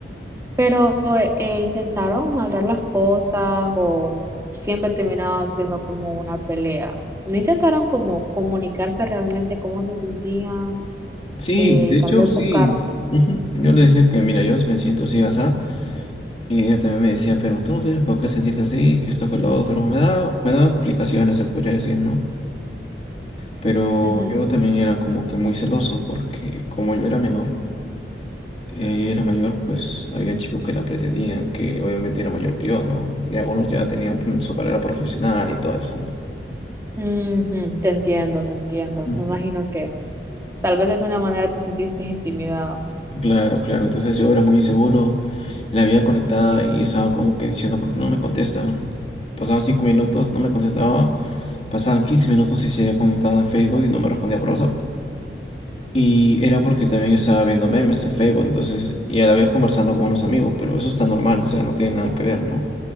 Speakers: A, on the right (about 15°); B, on the left (about 35°).
A: pero eh, intentaron hablar las cosas o siempre terminaba siendo como una pelea. No intentaron como comunicarse realmente cómo se sentían
B: Sí,
A: eh,
B: de
A: y
B: hecho,
A: tal vez
B: sí.
A: buscar.
B: Ujú. Yo le decía que, mira, yo sí me siento así, asá. Y ella también me decía, pero tú no tienes por qué sentirte así, que esto, que lo otro. Me da, me da explicaciones, se podría decir, ¿no? Pero
A: Ujú,
B: yo también era como que muy celoso, porque como yo era menor, eh, ella era mayor, pues había chicos que la pretendían, que obviamente era mayor que yo, ¿no? Y algunos ya tenían pues, su carrera profesional y todo eso, ¿no?
A: ujú, Te entiendo, te entiendo.
B: Ujú.
A: Me imagino que tal vez de alguna manera te sentiste intimidado.
B: Claro, claro. Entonces yo era muy inseguro, la había conectada y estaba como que diciendo, ¿por qué no me contestan? Pasaban cinco minutos, no me contestaba. Pasaban 15 minutos y se había conectado en Facebook y no me respondía por WhatsApp. Y era porque también estaba viendo memes en Facebook, entonces, y a la vez conversando con unos amigos, pero eso está normal, o sea, no tiene nada que ver, ¿no?